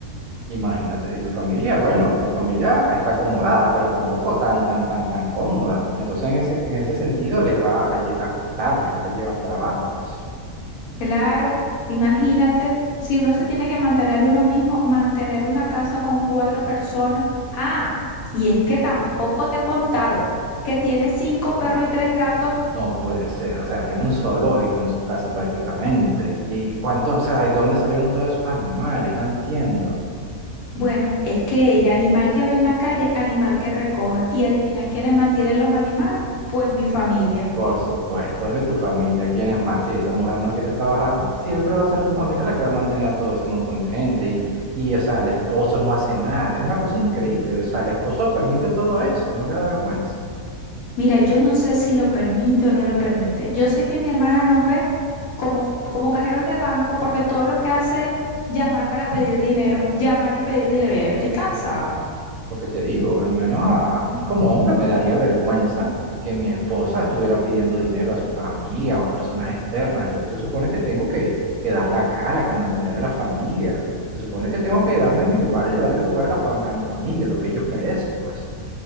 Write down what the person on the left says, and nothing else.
Claro, imagínate, si uno se tiene que mantener uno mismo, mantener una casa con cuatro personas. Ah, y es que tampoco te he contado que tiene cinco perros y tres gatos.
Bueno, es que ella, animal que ve en la calle, animal que recoge. Y adivina quiénes mantienen los animales, pues mi familia.
Mira, yo no sé si lo permite o no lo permite. Yo sé que mi hermana nos ve como, como cajeros de banco porque todo lo que hace es llamar para pedir dinero, llamar y pedir dinero. Ya yo estoy cansada.